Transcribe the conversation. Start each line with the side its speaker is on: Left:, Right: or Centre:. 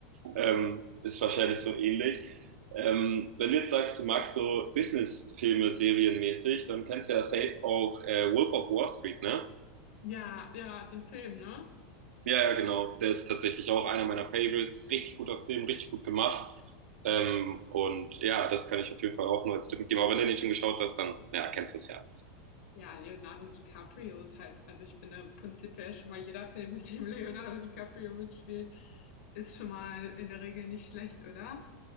Right: Ähm, ist wahrscheinlich so ähnlich. Ähm, wenn du jetzt sagst, du magst so Business-Filme serienmäßig, dann kennst du ja safe auch äh, Wolf of Wall Street, ne?
Left: ja, ja den Film, ne?
Right: Ja, ja, genau. Der ist tatsächlich auch einer meiner Favorites. Richtig guter Film, richtig gut gemacht. Ähm, und ja, das kann ich auf jeden Fall auch nur als Tipp geben. Aber wenn du den schon geschaut hast, dann ja, kennst du es ja.
Left: Ja, Leonardo DiCaprio ist halt, also ich finde prinzipiell schon mal jeder Film, mit dem Leonardo DiCaprio mitspielt, ist schon mal in der Regel nicht schlecht, oder?